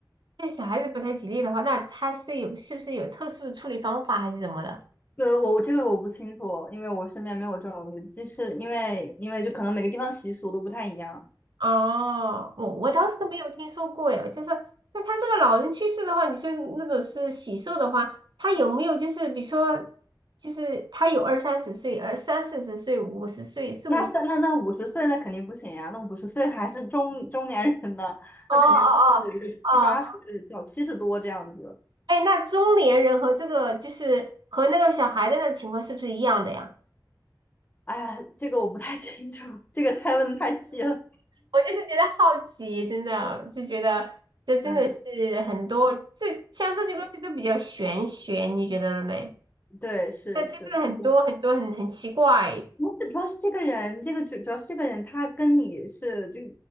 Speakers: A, on the right; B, on the left.
A: 那小孩子不太吉利的话，那他是有是不是有特殊的处理方法还是怎么的？
B: 呃，我这个我不清楚，因为我身边没有这种例子就是因为因为就可能每个地方习俗都不太一样。
A: 哦，我我倒是没有听说过耶，就是那他这个老人去世的话，你说那种是喜寿的话，他有没有就是比如说，就是他有二三十岁，而三四十岁、五十岁、四五十，
B: 那三那那五十岁那肯定不行呀、那五十岁还是中中年人呢，
A: 哦哦哦哦，
B: 那肯定是个七八十叫七十多这样子。
A: 哎，那中年人和这个就是和那个小孩的那个情况是不是一样的呀？
B: 哎呀，这个我不太清楚，这个太问的太细了。
A: 我就是觉得好奇，真的就觉得这真的是很多，
B: 嗯，
A: 这像这些东西都比较玄学，你觉得了没？
B: 对，是是是这样。
A: 对，就是很多很多很很奇怪。
B: 我主主要是这个人，这个主主要是这个人，他跟你是就